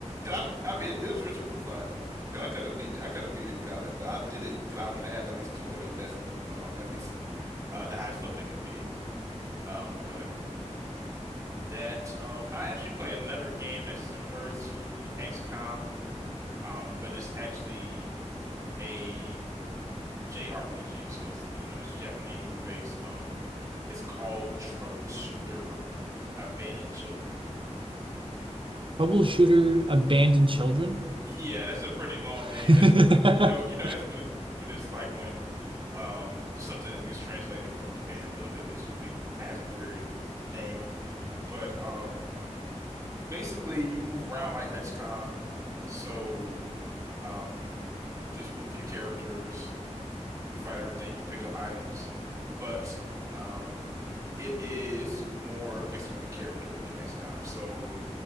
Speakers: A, on the right; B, on the right.
A: I would- I mean it, it was richer for fun. 'Cause I could have beat I could have beat it without it, but I did it 'cause I want to have at least two of them that's um at least uh the highest level they can be. Um but that. Um, I actually play another game that's similar to XCOM, um, but it's actually a JRPG, so it's you know it's Japanese based. Um, it's called Troubleshooter Abandoned Children.
B: troubleshooter abandoned children.
A: Yeah, that's a pretty long
B: <laughs>
A: name. That's <laughs> you know you know that's what it what it's like when um something gets translated from Japan though. It, it's usually has a weird name, but um basically you move around like XCOM. So Um, you just move your characters, you fight everything, you pick up items, but um, it is more based on the character than XCOM. So